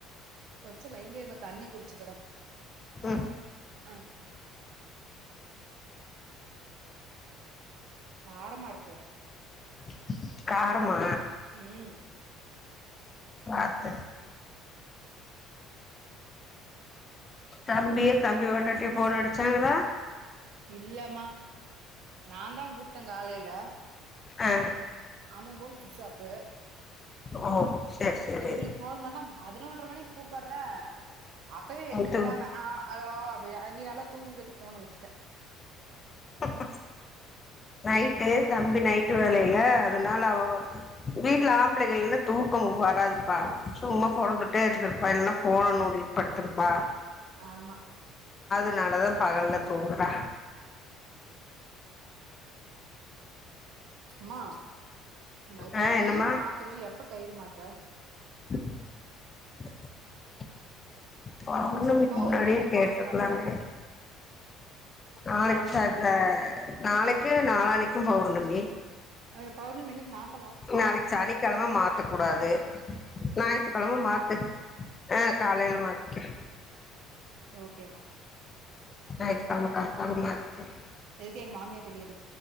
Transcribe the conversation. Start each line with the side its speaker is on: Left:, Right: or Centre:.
Right: ஒரு நிமிஷோ லைன்ல நா தண்ணி குடிச்சுக்கிற
Left: ம்
Right: ஆ காரமா இருக்கு
Left: <inaudible> காரமா
Right: ம்
Left: பாத்து தம்பியு தம்பி பொண்டாட்டியு ஃபோன் அடுச்சாங்களா
Right: இல்லம்மா நாந்தா கூப்ட்டங் காலையில
Left: ஆ
Right: ஆவம் ஃபோன் சுச்சாப்பு
Left: ஓ சேரி சேரி
Right: இவளுக்கு ஃபோன் பண்ணா பதினொன்ற மணிக்கு கூப் ப்பறா அப்பவே எந்திருக்காம
Left: இது
Right: ஆ அலோ அப் அப்புடியா நீ நல்லா தூங்குஞ் சொல்லிட்டு ஃபோன வெச்சுட்ட
Left: <unintelligible> நைட்டு தம்பி நைட்டு வேலையில அதனால அவ போ வீட்ல ஆம்பளைக இல்லனா தூக்கோ வர் வராதுப்பா சும்மா பொறண்டுட்டே இருந்துருப்பா இல்னா ஃபோன நோண்டிட்டு படுத்துருப்பா
Right: ஆமா
Left: அதுனாலதா பகல்ல தூங்குறா
Right: மா இப்ப
Left: ஆ
Right: நா கயிறு
Left: என்னம்மா
Right: மாத்தணு எப்ப கயிறு மாத் த்த
Left: <inaudible> <unintelligible> பெளர்ணமிக்கு
Right: பௌர்ணமி
Left: முன்னாடியே
Right: அன்னைக்கு
Left: கேட்ருக்குலாமுல
Right: மாத்தலாமா
Left: நாளைக்கு
Right: நானே
Left: அத நாளைக்கு நாலாண் இன்னைக்கும் பெளர்ணமி
Right: அது பௌர்ணமி அன்னைக்கு மாத்
Left: நாளைக்கு சனிக்கெழம மாத்தக் கூடாது ஞாயித்துக்கெழம மாத்து ஆ காலையில மாத்து
Right: ஓகேம்மா
Left: ஞாயித்துகெழம காத்தால மாத்திக்க
Right: எதுக்கு எங்க மாமியார்ட கேட்டு